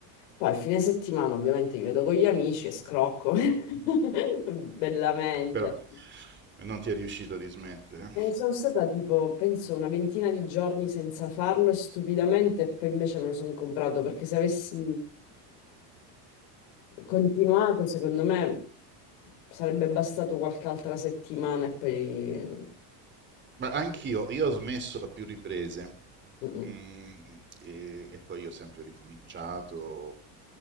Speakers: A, on the left; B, on the right.
A: Poi a fine settimana ovviamente mi vedo con gli amici e scrocco <laughs> bellamente.
B: Però non ti è riuscito di smettere.
A: Eh, sono stata tipo, penso, una ventina di giorni senza farlo e stupidamente poi invece me lo sono comprato perché se avessi continuato, secondo me sarebbe bastato qualche altra settimana e poi...
B: Ma anch'io, io ho smesso a più riprese
A: Mm-mm.
B: Mm, e, e poi ho sempre ricominciato.